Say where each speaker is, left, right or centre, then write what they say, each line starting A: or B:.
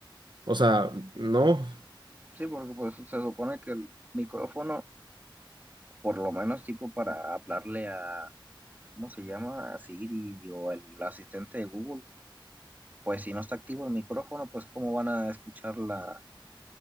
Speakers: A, on the right; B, on the right.
A: o sea, no,
B: Sí, porque pues se supone que el micrófono por lo menos tipo para hablarle a, ¿cómo se llama? A Siri o el asistente de Google, pues si no está activo el micrófono, pues cómo van a escuchar la,